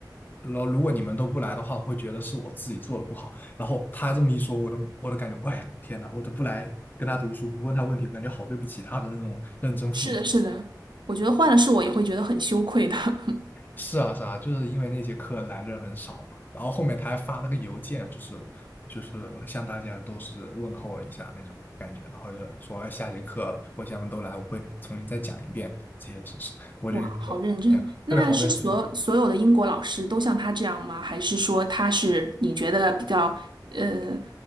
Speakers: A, on the left; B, on the right.
A: 然后如果你们都不来的话，我会觉得是我自己做的不好。然后他这么一说，我都我都感觉，喂，天哪，我都不来跟他读书，不问他问题，感觉好对不起他的那种认真负
B: 是的，是的，我觉得换了是我也会觉得很羞愧的。<laughs>
A: 是啊是啊，就是因为那节课来的人很少嘛，然后后面他还发了个邮件，就是就是向大家都是问候了一下那种感觉，然后就说哎下节课我想们都来，我会重新再讲一遍这些知识。我就觉得天呐对，
B: 哇，好认真！那是所所有的英国老师都像他这样吗？
A: 好认真。
B: 还是说他是你觉得比较呃